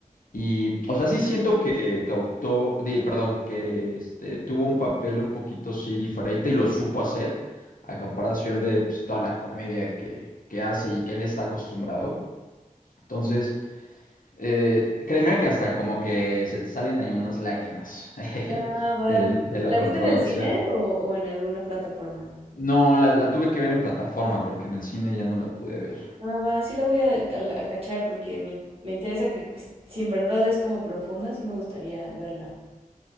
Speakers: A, on the left; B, on the right.
A: Y, o sea, sí siento que cautó, di- perdón, que este, tuvo un papel un poquito sí diferente y lo supo hacer a comparación de pues, toda la comedia que, que hace y que él está acostumbrado. Entonces, eh, créeme que hasta como que se te salen ahí unas lágrimas <laughs> jeje,
B: Ah, va.
A: del- de lo
B: ¿La
A: controversial.
B: viste en el cine o, o en alguna plataforma?
A: No, la, la tuve que ver en plataforma porque en el cine ya no la pude ver.
B: Ah, va, sí la voy a, a la- a cachar porque me, me interesa que que si en verdad es como profunda, sí me gustaría verla.